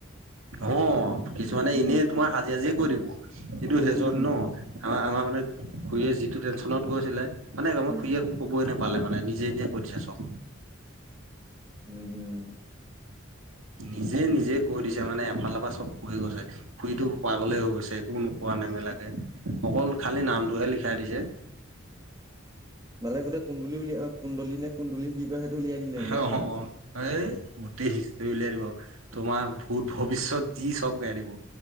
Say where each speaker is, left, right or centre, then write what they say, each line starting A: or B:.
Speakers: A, on the right (about 90°); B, on the right (about 20°).
A: অঁ কিছুমানে
B: উম
A: এনে তোমাৰ সাজি সাজি কৈ দিব কিন্তু
B: উম
A: সেইজন ন আমাৰ আমাৰ মানে খুৰীয়ে যিটো টেনচনত গৈছিলে মানে আমাৰ
B: উম
A: খুৰীয়ে একো ক'বই নাপা পালে মানে নিজে নিজে কৈ দিছে চব।
B: উম' উম'
A: নিজে নিজে কৈ দিছে মানে এফালৰ পৰা চব কৈ গৈছে খুুৰীটো পাগলেই হৈ গৈছে একো নোপোৱা নেমেলাকে, অকল খালী নামটোহে লিখাই দিছে।
B: মালে গোট কম বুলিলিয় আৰু <unintelligible> কুন্দলি নে কুন্দলি কি কয় সেইটো উলিয়াই দিলে মানে
A: অ
B: পুৰা
A: এই গোটেই হিষ্ট্ৰী উলিয়াই দিব তোমাৰ ভত ভৱিষ্যত যি চব গাই দিব